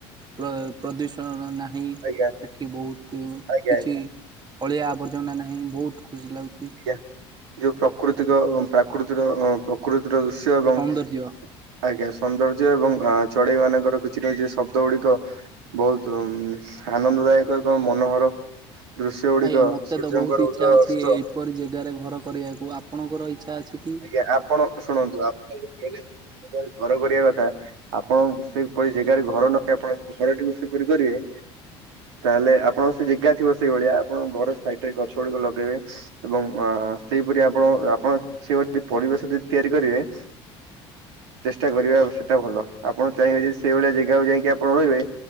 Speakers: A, on the right; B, on the right.
A: ପ୍ର ପ୍ରଦୂଷଣ ନାହିଁ
B: ଆଜ୍ଞା
A: ଏଠି ବହୁତ
B: ଆଜ୍ଞା
A: କିଛି।
B: ଆଜ୍ଞା
A: ଅଳିଆ ଆବର୍ଜନା ନାହିଁ ବହୁତ ଖୁସି ଲାଗୁଛି।
B: ଆଜ୍ଞ ଯୋଉ ପ୍ରକୃତିକ ପ୍ରାକୃତିର ପ୍ରକୃତିର ଦୃଶ୍ୟ ଏବଂ
A: ସୌନ୍ଦର୍ଯ୍ୟ
B: ଆଜ୍ଞା ସୌନ୍ଦର୍ଯ୍ୟ ଏବଂ ଚଢେଇ ମାନଙ୍କର କିଛି ନା କିଛି ଶବ୍ଦ ଗୁଡିକ। ବହୁତ ଆନନ୍ଦଦାୟକ ଏକ ମନୋହର। ଦୃଶ୍ୟ ଗୁଡିକ
A: ଆଜ୍ଞା ମତେ
B: ସୂର୍ଯ୍ୟଙ୍କର
A: ତ ବହୁତ ଇଚ୍ଛା
B: ଉଦୟ
A: ଅଛି
B: ଅସ୍ତ
A: ଏପରି ଜାଗାରେ ଘର କରିବାକୁ ଆପଣଙ୍କର ଇଚ୍ଛା ଅଛି କି?
B: ଆଜ୍ଞା ଆପଣ ଶୁଣନ୍ତୁ ଆପଣ ଘର କରିବା କଥା। ଆପଣ ସେପରି ଜାଗାରେ ଘର ନ ଆପଣ ଘରଟିକୁ ସେପରି କରିବେ। ତାହେଲେ ଆପଣଙ୍କ ସେ ଜାଗା ଥିବ ସେଇଭଳିଆ ଆପଣ ଘର ସାଇଡରେ ଗଛ ଗୁଡିକ ଲଗେଇବେ। ଏବଂ ସେହିପରି ଆପଣ ଆପଣ ସେ ପରିବେଶ ଯଦି ତିଆରି କରିବେ ଚେଷ୍ଟା କରିବା ସେଟା ଭଲ ଆପଣ ଚାହିଁବେ ଯଦି ସେଇଭଳିଆ ଜାଗାକୁ ଯାଇକି ଆପଣ ରହିବେ।